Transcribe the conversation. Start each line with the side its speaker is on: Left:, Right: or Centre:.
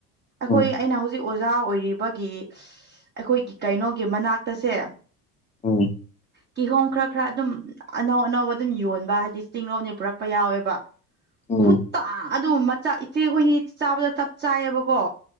Right: ꯑꯩꯈꯣꯏ
Left: ꯎꯝ
Right: ꯑꯩꯅ ꯍꯧꯖꯤꯛ ꯑꯣꯖꯥ ꯑꯣꯏꯔꯤꯕꯒꯤ ꯑꯩꯈꯣꯏꯒꯤ ꯀꯩꯅꯣꯒꯤ ꯃꯅꯥꯛꯇꯁꯦ
Left: ꯎꯝ
Right: ꯀꯤꯍꯣꯝ ꯈꯔ ꯈꯔ ꯑꯗꯨꯝ ꯑꯅꯧ ꯑꯅꯧꯕ ꯑꯗꯨꯝ ꯌꯣꯟꯕ ꯍꯥꯏꯗꯤ ꯆꯤꯂꯣꯝꯅꯤ ꯄꯨꯔꯛꯄ ꯌꯥꯎꯋꯦꯕ
Left: ꯎꯝ
Right: ꯈꯨꯠꯇ ꯑꯗꯨꯝ ꯃꯆꯥ ꯏꯆꯦ ꯍꯣꯏꯅꯤ ꯆꯥꯕꯗ ꯆꯞ ꯆꯥꯏꯌꯦꯕꯀꯣ